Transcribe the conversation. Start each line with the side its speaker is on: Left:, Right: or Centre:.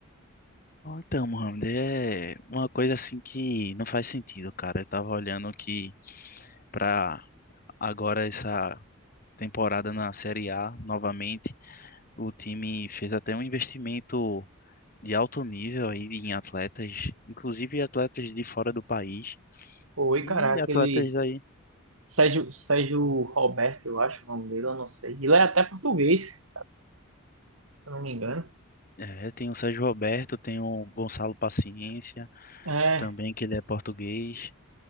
Left: Bom, Então, Mohamed, é uma coisa assim que não faz sentido, cara. Eu tava olhando que pra agora essa temporada na Série A, novamente, o time fez até um investimento de alto nível aí em atletas, inclusive atletas de fora do país.
Right: Oi,
Left: E
Right: cara, aquele
Left: atletas aí,
Right: Sérgio, Sérgio Roberto, eu acho o nome dele, eu não sei. Ele é até português, se eu não me engano.
Left: é, tem o Sérgio Roberto, tem o Gonçalo Paciência.
Right: É,
Left: também, que ele é português.